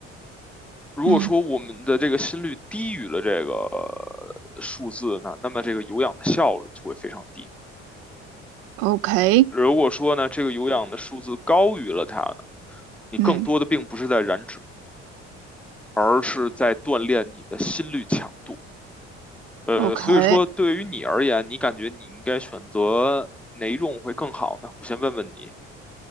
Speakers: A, in the centre; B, on the right.
A: 如果说我们的这个心率低于了这个呃数字呢，
B: 嗯
A: 那么这个有氧的效率就会非常低。
B: ，OK。
A: 如果说呢，这个有氧的数字高于了它呢，你更多的并不是在燃脂，
B: 嗯。
A: 而是在锻炼你的心率强度。呃，
B: OK，
A: 所以说对于你而言，你感觉你应该选择哪一种会更好呢？我先问问你，